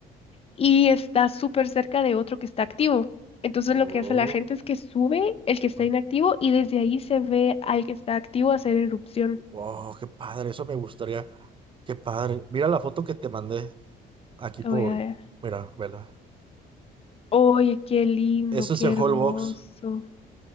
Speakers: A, on the left; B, on the right.
A: y está súper cerca de otro que está activo. Entonces
B: Oh,
A: lo que hace la gente es que sube el que está
B: ah.
A: inactivo y desde ahí se ve al que está activo hacer erupción.
B: oh, qué padre, eso me gustaría. Qué padre. Mira la foto que te mandé aquí
A: Lo
B: por,
A: voy a ver.
B: mira, vela.
A: Oye, qué lindo,
B: Eso
A: qué
B: es en
A: hermoso.
B: Holbox.